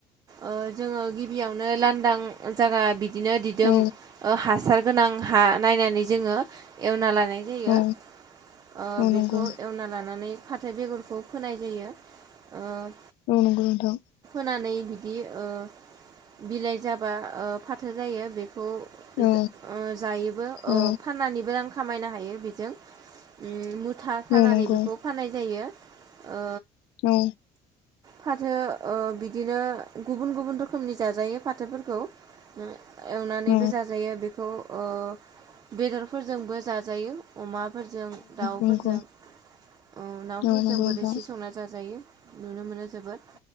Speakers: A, on the right; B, on the left.
A: ओ- जोङो गिबियावनो लानदां। जागा बि बिदिनो दिदोम
B: औ
A: हासार गोनां हा नायनानै। जोङो एवना लानाय। जायो
B: औ
A: ओ-
B: औ
A: बेखौ
B: नंगौ
A: एवनाइ लानानै फाथो बेगरखौ फोनाय जायो ओ-
B: औ नंगौ नोंथां।
A: फोनानै बिदि ओ- बिलाइ जाबा ओ- फाथो जायो बे खौ ओ-
B: औ
A: जायोबो ओ-
B: औ
A: फाननानैबो रां खामायनो हायो बेजों उम था खानानै
B: औ नंगौ
A: बेखौ फाननाय जायो। ओ
B: औ
A: फाथो ओ- बिदिनो गुबुन गुबुन रोखोमनि जाजायो फाथोफोरखौ उम एवना सानैबो
B: औ
A: जाजायो बेखौ। ओ बेदरफोरजोंबो जाजायो अमा फोरजों दाउफोरजों
B: नंगौ
A: ओ- नाफोरजोंबो
B: औ नंगौ नोंथां
A: रोसि संना जाजायो। नुनो मोनो। जोबोद